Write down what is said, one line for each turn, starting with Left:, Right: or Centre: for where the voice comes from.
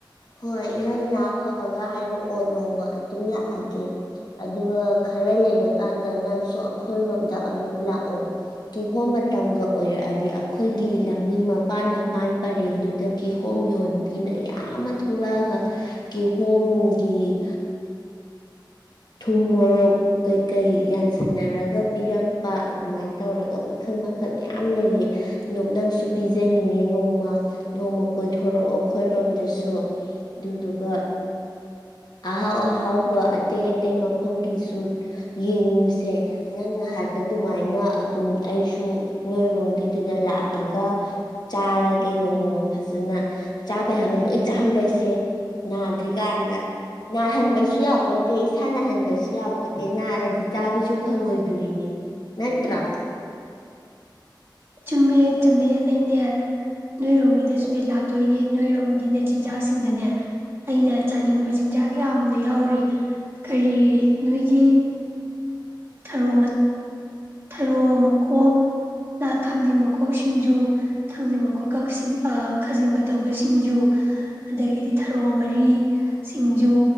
Left: ꯍꯣꯏ ꯅꯪ ꯅꯥ ꯐꯕꯒ ꯍꯥꯏꯔꯛꯑꯣ ꯅꯣꯡꯃ ꯑꯗꯨꯝ ꯂꯥꯛꯑꯒꯦ ꯑꯗꯨꯒ ꯈꯔ ꯂꯩꯔꯀꯥꯟꯗ ꯅꯪꯁꯨ ꯑꯩꯈꯣꯏꯔꯣꯝꯗ ꯑꯃꯨꯛ ꯂꯥꯛꯑꯣ ꯀꯤꯍꯣꯝ ꯃꯇꯝꯒ ꯑꯣꯏꯔꯛꯑꯗꯤ ꯑꯩꯈꯣꯏꯒꯤ ꯂꯝꯕꯤ ꯃꯄꯥꯟ ꯃꯄꯥꯟ ꯄꯔꯦꯡꯗꯨꯗ ꯀꯤꯍꯣꯝ ꯌꯣꯟꯕꯤ ꯃꯌꯥꯝ ꯑꯃ ꯊꯣꯛꯂꯛꯑꯒ ꯀꯤ ꯍꯣꯝꯒꯤ ꯊꯨꯝ ꯃꯣꯔꯣꯛ ꯀꯩꯀꯩ ꯌꯥꯟꯁꯟꯅꯔꯒ ꯄꯤꯔꯛꯄ ꯑꯗꯨꯃꯥꯏꯅ ꯇꯧꯔꯒ ꯃꯈꯜ ꯃꯈꯜ ꯃꯌꯥꯝ ꯂꯩꯌꯦ ꯑꯣꯝ ꯅꯪꯁꯨ ꯄꯤꯖꯅꯤꯡꯉꯦ ꯅꯣꯡꯃ ꯅꯣꯡꯃ ꯀꯣꯏꯊꯣꯔꯛꯑꯣ ꯑꯈꯣꯏꯔꯣꯝꯗꯁꯨ ꯑꯗꯨꯗꯨꯒ ꯑꯍꯥꯎ ꯑꯍꯥꯎꯕ ꯑꯇꯩ ꯑꯇꯩ ꯃꯐꯝꯒꯤꯁꯨ ꯌꯦꯡꯉꯨꯁꯦ ꯅꯪꯅ ꯍꯥꯏꯕ ꯑꯗꯨꯃꯥꯏꯅ ꯑꯗꯨꯝ ꯑꯩꯁꯨ ꯅꯣꯏꯔꯣꯝꯒꯤꯗꯨꯗ ꯂꯥꯛꯑꯒ ꯆꯥꯔꯒꯦ ꯅꯣꯡꯃ ꯐꯖꯅ ꯆꯥꯕ ꯌꯥꯕ ꯂꯣꯏ ꯆꯥꯍꯧꯔ ꯁꯦ ꯅꯥꯗ꯭ꯔꯤꯀꯥꯟꯗ ꯅꯥꯍꯟꯕꯁꯨ ꯌꯥꯄꯣꯠꯇꯦ ꯏꯁꯥ ꯅꯥꯍꯟꯕꯁꯨ ꯌꯥꯄꯣꯠꯇꯦ ꯅꯥꯔꯗꯤ ꯆꯥꯕꯁꯨ ꯐꯪꯉꯣꯏꯗꯣꯔꯤꯅꯦ ꯅꯠꯇ꯭ꯔꯥ
Right: ꯆꯨꯝꯃꯦ ꯆꯨꯝꯃꯦ ꯑꯩꯅꯦ ꯅꯣꯏꯔꯣꯝꯒꯤꯗꯁꯨꯅꯦ ꯂꯥꯛꯇꯣꯏꯅꯦ ꯅꯣꯏꯔꯣꯝꯒꯤꯅꯦ ꯆꯤꯟꯖꯥꯛꯁꯤꯡꯗꯅꯦ ꯑꯩꯅ ꯆꯥꯅꯤꯡꯕ ꯆꯤꯟꯖꯥꯛ ꯌꯥꯝꯅ ꯌꯥꯎꯔꯤ ꯀꯔꯤ ꯅꯣꯏꯒꯤ ꯊꯔꯣ ꯊꯔꯣ ꯃꯈꯣꯛ ꯅ ꯊꯥꯡꯖꯤꯡ ꯃꯈꯣꯛ ꯁꯤꯡꯖꯨ ꯊꯥꯡꯖꯤꯡ ꯃꯈꯣꯛꯀ ꯈꯥꯖꯤꯡꯒ ꯇꯧꯕ ꯁꯤꯡꯖꯨ ꯑꯗꯒꯤꯗꯤ ꯊꯔꯣ ꯃꯔꯤ ꯁꯤꯡꯖꯨ